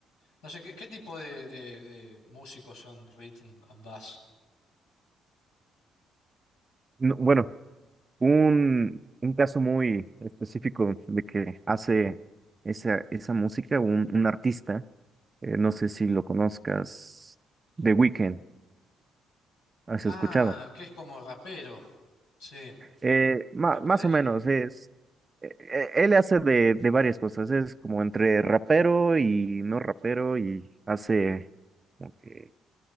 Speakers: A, on the left; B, on the right.
A: No sé, ¿qué, qué tipo de, de- de músicos son Rhythm and Bass?
B: No, bueno, un, un caso muy específico de que hace esa, esa música un, un artista. eh, no sé si lo conozcas, The Weeknd, ¿has
A: Ah,
B: escuchado?
A: que es como rapero. Sí,
B: Eh, ma-
A: me parece.
B: más o menos, es, e- e- él hace de, de varias cosas, es como entre rapero y no rapero y hace como que